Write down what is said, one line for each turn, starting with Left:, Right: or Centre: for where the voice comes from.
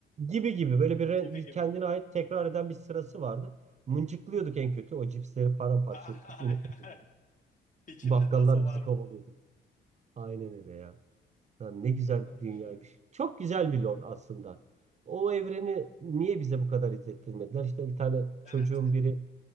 Right: gibi gibi böyle bir, re-
Left: Gibi
Right: bir
Left: gibi.
Right: kendine ait tekrar eden bir sırası vardı. Mıncıklıyorduk en kötü. O cipsleri paramparça
Left: <laughs>
Right: ettik, unu fırlatıyorduk.
Left: İçinde
Right: Bakkallar
Left: taso var
Right: bizi
Left: mı?
Right: kovalıyordu. Aynen öyle ya. Lan ne güzel
Left: Varmış
Right: dünyaymış.
Left: ya.
Right: Çok güzel bir lore aslında. O evreni niye bize bu kadar izlettirmediler? İşte bir tane çocuğun
Left: Evet.
Right: biri